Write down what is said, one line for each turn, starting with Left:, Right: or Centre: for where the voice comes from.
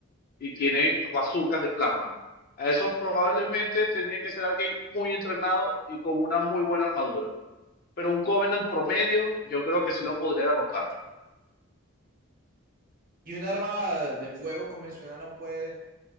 Left: y tienen bazucas de plasma. A esos probablemente tenía que ser alguien muy entrenado y con una muy buena armadura. Pero un Covenant promedio, yo creo que sí lo podría derrotar.
Right: Y un arma de fuego convencional no puede